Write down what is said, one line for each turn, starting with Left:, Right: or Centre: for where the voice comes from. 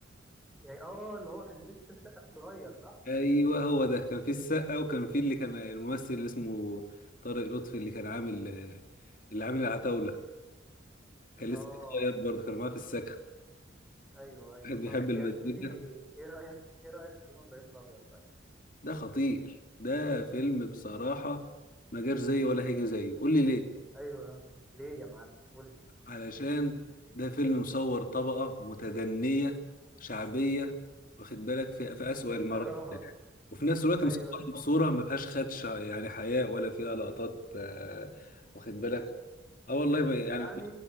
Centre: يعني اه آه، اللي هو كان لسه السقا فيه صغير صح؟
Left: ايوه هو ده كان في السقا وكان في اللي كان الممثل اللي اسمه طارق لطفي اللي كان عامل اللي عامل العتاوله كان
Centre: اه
Left: لسه صغير برضه كان معاه في السكن
Centre: ايوه ايوه
Left: كان
Centre: طب
Left: بيحب المزيكا
Centre: يا زميلي ايه رايك ايه رايك في فيلم ابراهيم الابيض طيب؟
Left: ده خطير ده فيلم بصراحه ما جاش زيه ولا هيجي زيه قول لي ليه
Centre: ايوه ليه يا معلم؟ قول لي
Left: علشان ده فيلم مصور طبقة متدنية شعبية واخد بالك في في أسوأ
Centre: <laughs>
Left: المراحل
Centre: اه
Left: وفي نفس الوقت
Centre: ايوه
Left: مصورها
Centre: أيوة.
Left: بصورة ما فيهاش خدشه يعني حياء ولا فيها لقطات آه، واخد بالك اه والله ب- يعني
Centre: يعني